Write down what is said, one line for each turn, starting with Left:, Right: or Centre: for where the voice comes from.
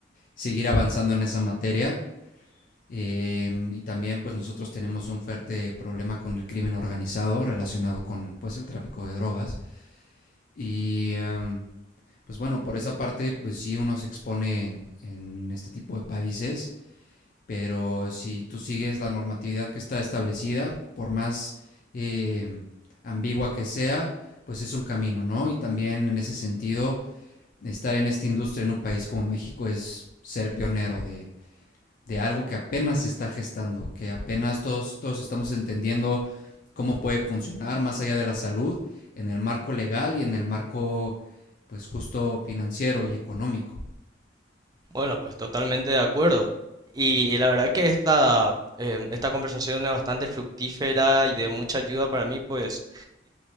Left: seguir avanzando en esa materia. Eh, y también pues nosotros tenemos un fuerte problema con el crimen organizado relacionado con pues el tráfico de drogas y em, pues bueno por esa parte pues sí uno se expone en, en este tipo de países pero si tú sigues la normatividad que está establecida, por más eh, ambigua que sea, pues es un camino, ¿no? Y también en ese sentido, estar en esta industria en un país como México es ser pionero de, de algo que apenas se está gestando, que apenas todos, todos estamos entendiendo cómo puede funcionar más allá de la salud, en el marco legal y en el marco, pues justo financiero y económico.
Right: Bueno, pues totalmente de acuerdo. Y la verdad que esta, em, esta conversación es bastante fructífera y de mucha ayuda para mí, pues